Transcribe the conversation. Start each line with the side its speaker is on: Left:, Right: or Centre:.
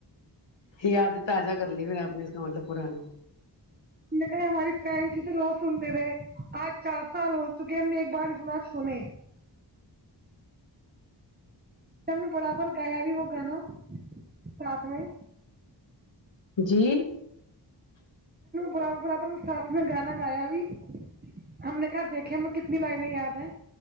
Left: یادیں تازہ کر لی پھر آپ نے اس کا مطلب پرانی
Right: میں کہے ہماری فن تھی تو روز سنتے رہے آج چار سال ہو چکے ہم نے ایک بار سنا سنی سم نے برابر کھایا بھی وہ کھانا ساتھ میں
Left: جی
Right: برابر برابر ساتھ میں گانا گایا بھی ہم نے کہاں دیکھے ہمیں کتنی لائنیں یاد ہیں